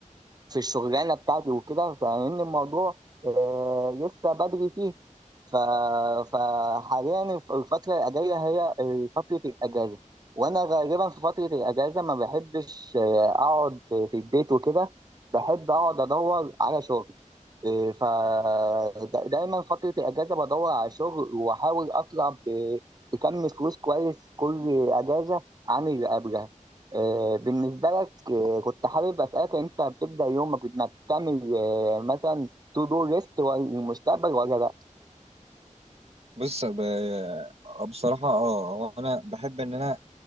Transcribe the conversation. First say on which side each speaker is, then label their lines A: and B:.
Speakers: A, on the right; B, on the right.
A: في الشغلانه بتاعتي وكده فان الموضوع آه، لسه بدري فيه ف... فحاليا الف- الفتره الجايه هي فتره الاجازه وانا غالبا في فتره الاجازه ما بحبش آه، اقعد في البيت وكده بحب اقعد ادور على شغل فدايما فترة الأجازة بدور على شغل وأحاول أطلع ب- بكم فلوس كويس كل أجازة عن اللي قبلها آه، بالنسبة لك آه، كنت حابب أسألك أنت بتبدأ يومك بإنك تعمل آه، مثلا تو دو ليست للمستقبل ولا لأ؟
B: بص ب- بصراحة اه هو انا بحب ان انا